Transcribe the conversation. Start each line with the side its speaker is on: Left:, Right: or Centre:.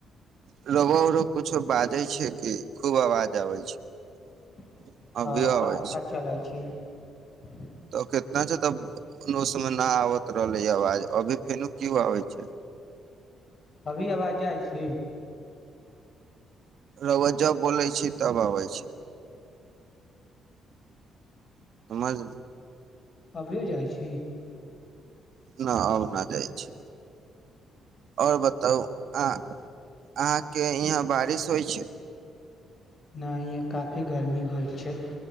Right: <unintelligible> <unintelligible>
Left: <unintelligible>
Right: अभी अबै छै
Left: <inaudible>
Right: तऽ केतना छै तऽ समय न आबैत रहलै आवाज अभी फेनो किओ आबै छै
Left: अभी आवाज जाइ छी
Right: रौआ जब बोलै छी तब आबै छी समझली
Left: अभियो जाइ छी
Right: न आबना जाइ छी आओर बताउ आँ अहाँके इहाँ बारिश होइ छै
Left: नै इहाँ काफी गर्मी होइ छै